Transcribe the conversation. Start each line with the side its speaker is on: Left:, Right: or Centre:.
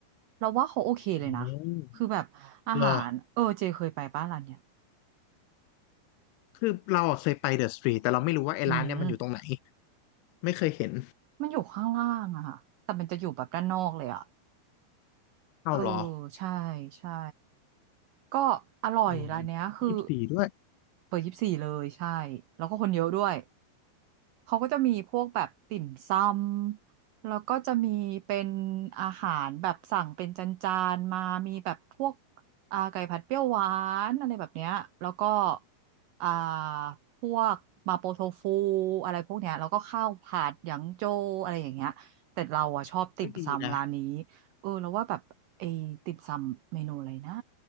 Right: เราว่าเขาโอเคเลยนะ
Left: อืม
Right: คือแบบอาหารเออเจเคยไปป้าร้านเนี้ย
Left: รอ คือเราอะเคยไปเดอะสตรีทแต่เราไม่รู้ว่าไอ้ร้านเนี่ยมันอยู่ตรงไหน
Right: อืม
Left: ไม่เคยเห็น
Right: มันอยู่ข้างล่างอะค่ะแต่มันจะอยู่แบบด้านนอกเลยอะ
Left: เอาเหรอ
Right: เออใช่ใช่ก็อร่อยร้านเนี้ยคือ
Left: อ๋อยี่สิบสี่ด้วย
Right: เปิดยี่สิบสี่เลยใช่แล้วก็คนเยอะด้วย เขาก็จะมีพวกแบบติ่มซำแล้วก็จะมีเป็นอาหารแบบสั่งเป็นจานๆมามีแบบพวกอ่าไก่ผัดเปรี้ยวหวานอะไรแบบเนี้ยแล้วก็อ่าพวกมาโปโทฟูอะไรพวกเนี้ยแล้วก็ข้าวผัดหยางโจวอะไรอย่างเงี้ยแต่เราอะชอบติ่มซำร้านนี้
Left: เฮ้ยดีนะ
Right: เออแล้วว่าแบบไอ้ติ่มซำเมนูอะไรนะ